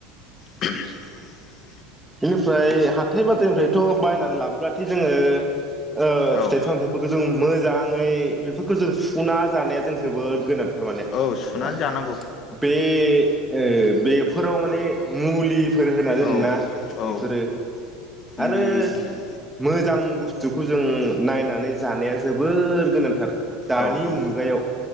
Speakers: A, on the left (about 40°); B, in the centre.
A: <unintelligible>
B: बेनिफ्राय हाथाय बाजारनिफ्रायथ'। बायनानै लाबब्लाथाय जोङो ओ
A: औ
B: फिथाइ सामथथायाइफोरखौ जों मोजां फ्राय बेफोरखौ जों सुफुना जानाया जों जोबोद गोनां थारमाने नोंथां
A: औ सुनानै जानांगौ
B: बे ओ बेफोराव माने मुलि फोर होना दोनोना
A: औ औ
B: बेफोरो आरो
A: मुलि होयो
B: मोजां बुस्थुखौ जों नायनानै जानाया जोबोर गोनांथार दानि
A: औ औ
B: मुगायाव